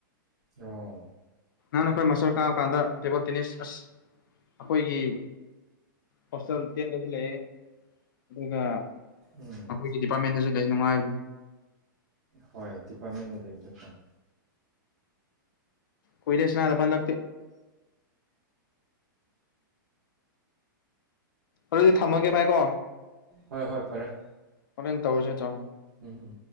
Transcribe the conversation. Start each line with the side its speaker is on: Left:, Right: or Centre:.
Right: ꯑꯣ
Left: ꯅꯍꯅ ꯑꯩꯈꯣꯏ ꯃꯆꯣꯔ ꯀꯥꯕ ꯀꯥꯟꯗ ꯇꯦꯕꯜ ꯇꯦꯅꯤꯁ ꯑꯁ ꯑꯩꯈꯣꯏꯒꯤ ꯐꯁ ꯇꯦꯟꯁ ꯂꯩꯌꯦ ꯑꯗꯨꯒꯒ
Right: ꯎꯝ
Left: ꯑꯩꯈꯣꯏꯒꯤ ꯗꯤꯄꯥꯔꯠꯃꯦꯟꯗꯁꯨ ꯂꯩ ꯅꯨꯡꯉꯥꯏꯕꯗ
Right: ꯍꯣꯏ ꯗꯤꯄꯥꯔꯠꯃꯦꯟꯗ ꯂꯩꯕꯗ ꯐꯪ
Left: ꯀꯣꯏꯗꯦꯁꯅꯗ ꯟ ꯂꯥꯛꯇ ꯑꯗꯨꯗꯤ ꯊꯝꯃꯒꯦ ꯚꯥꯏꯀꯣ
Right: ꯍꯣꯏ ꯍꯣꯏ ꯐꯔꯦ
Left: ꯍꯣꯔꯅ ꯇꯧꯔ ꯆꯦ ꯆꯣ
Right: ꯎꯝ ꯎꯝ